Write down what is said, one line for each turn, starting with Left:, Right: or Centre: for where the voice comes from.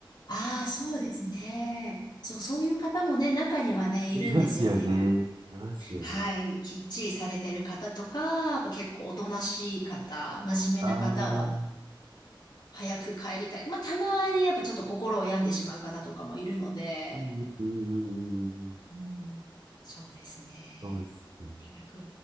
Left: ああ、そうですね。そう、そういう方もね、中にはね、いるんですよね。
Right: いますよね。いますよね。
Left: はい。きっちりされてる方とか、やっぱ結構おとなしい方、真面目な方は、
Right: ああ、うん
Left: 早く帰りたい。まあ、たまにやっぱちょっと心を病んでしまう方とかもいるので、
Right: うんうんうんうん。
Left: うん、そうですね。
Right: そうですよね。
Left: とにかく